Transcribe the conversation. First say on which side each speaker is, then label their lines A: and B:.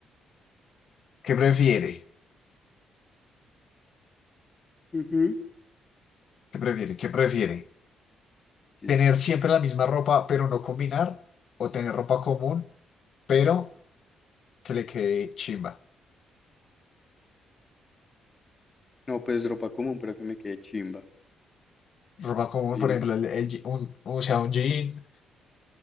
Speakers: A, on the left; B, on the left.
A: ¿Qué prefiere?
B: Ujú.
A: ¿Qué prefiere? ¿Qué prefiere?
B: Quizás.
A: ¿Tener siempre la misma ropa, pero no combinar? ¿O tener ropa común, pero que le quede chimba?
B: No, pues ropa común, pero que me quede chimba.
A: Ropa común,
B: ¿Y
A: por
B: no?
A: ejemplo, el- el je- un, o sea, un jean,